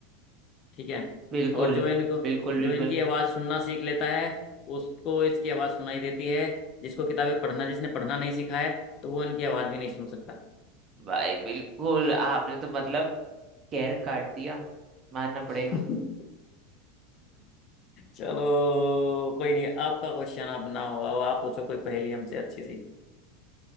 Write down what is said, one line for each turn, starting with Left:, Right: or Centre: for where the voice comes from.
Left: ठीक है
Right: बिल्कुल
Left: और जो इनको
Right: बिल्कुल
Left: जो
Right: बिल्कुल
Left: इनकी आवाज़ सुनना सीख लेता है उसको इसकी आवाज़ सुनाई देती है जिसको किताबें पढ़ना जिसने पढ़ना नहीं सीखा है तो वो इनकी आवाज़ भी नहीं सुन सकता
Right: भाई बिल्कुल आपने तो मतलब कहर काट दिया मानना पड़ेगा
Left: <laughs> चलो कोई नहीं आपका क्वेश्चन आप बनाओ अब आप पूछो कोई पहेली हमसे अच्छी सी